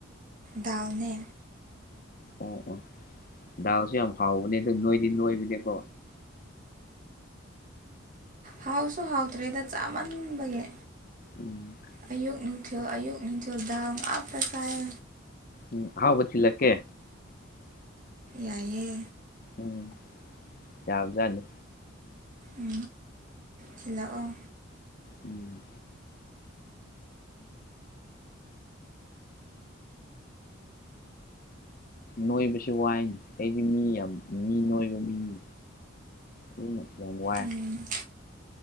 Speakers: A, on the right; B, on the left.
A: ꯗꯥꯜꯅꯦ
B: ꯑꯣ ꯑꯣ ꯗꯥꯎꯁꯨ ꯌꯥꯝ ꯍꯥꯎꯕꯅꯦ ꯑꯗꯨ ꯅꯣꯏꯗꯤ ꯅꯣꯏꯕꯅꯦꯀꯣ
A: ꯍꯥꯎꯁꯨ ꯍꯥꯎꯇ꯭ꯔꯦꯗ ꯆꯥꯃꯟꯕꯒꯤ
B: ꯎꯝ
A: ꯑꯌꯨꯛꯊꯌꯨꯊ ꯗꯝ ꯑꯠ ꯇꯁꯥꯏ
B: ꯎꯝ ꯍꯥꯎ ꯄ ꯁꯤꯤꯂꯀꯦ
A: ꯌꯥꯏꯌꯦ
B: ꯎꯝ ꯌꯥꯕꯖꯅꯤ
A: ꯎ ꯊꯜꯥꯛꯑꯣ
B: ꯎꯝ ꯅꯣꯏꯕꯁꯨ ꯋꯥꯏ ꯑꯩꯗꯤ ꯃꯤ ꯌꯥꯝ ꯃꯤ ꯅꯣꯏꯕ ꯃꯤꯅꯤ ꯏꯃ ꯋꯥꯏ
A: ꯎꯝ